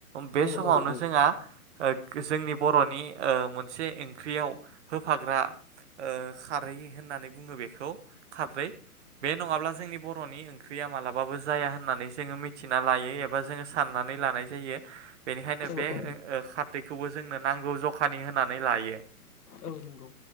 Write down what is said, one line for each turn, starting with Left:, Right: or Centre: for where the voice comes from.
Right: बे
Left: औ
Right: समावनो
Left: औ औ
Right: जोंहा ओ जोंनि बर'नि ओ मोनसे ओंख्रियाव होफाग्रा ओ खारै होननानै बुङो बेखौ खारदै बे नङाब्ला जोंनि बर'नि ओंख्रिया मालाबाबो जाया होननानै जोङो मिथिना लायो एबा जोङो सान्ना नानै लानाय बेनिखायनो
Left: औ
Right: बे
Left: औ
Right: ओ खारदै खौबो जोंनो नांगौ जखानि होनानै लायो।
Left: औ नंगौ